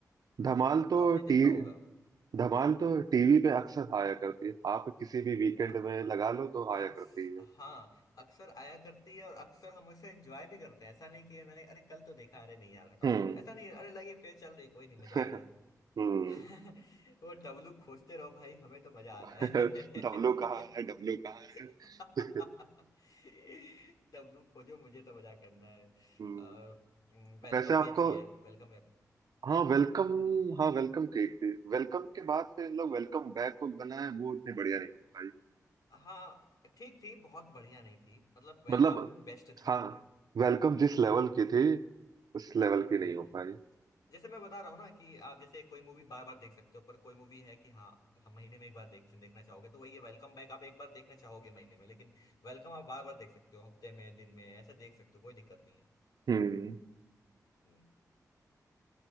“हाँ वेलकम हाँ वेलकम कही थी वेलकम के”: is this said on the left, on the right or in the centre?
Right